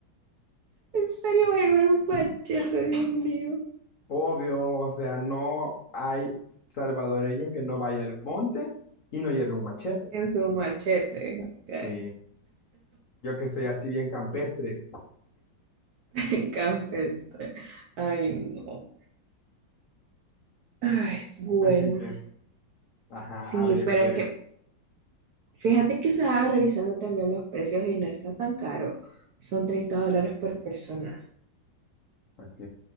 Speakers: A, on the right (about 65°); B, on the left (about 50°).
A: ¿En serio va a llevar un machete, Dios mío?
B: Obvio, o sea, no hay salvadoreño que no vaya al monte y no lleve un machete.
A: En su machete, ok.
B: Sí, yo que soy así bien campestre,
A: <laughs> Campestre. Ay, no. Ay, bueno.
B: así que, ajá,
A: Sí,
B: habría
A: pero
B: que
A: es
B: ver.
A: que fíjate que estaba revisando también los precios y no está tan caro. Son 30 dólares por persona,
B: Ok.